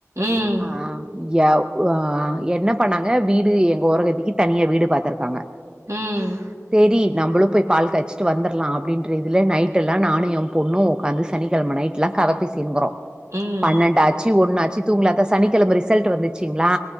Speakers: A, on the right; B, on the right.
A: ம்
B: ஆ யா அ என்ன பண்ணாங்க வீடு எங்க ஓரகத்திக்கு தனியா வீடு பாத்துருக்காங்க
A: ம்
B: சேரி நம்மளு போய் பால் காய்ச்சிட்டு வந்தர்லா அப்டின்ற இதுல நைட்டெல்லா நானு எ பொண்ணு ஒக்காந்து சனிக்கெழம நைட் ட்லா கதப் பேசின்ங்குறோ
A: ம்
B: பன்னென்டாச்சு ஒன்னாச்சு தூங்கல அதா சனிக்கெழம ரிசல்ட்டு வந்துச்சுங்ளா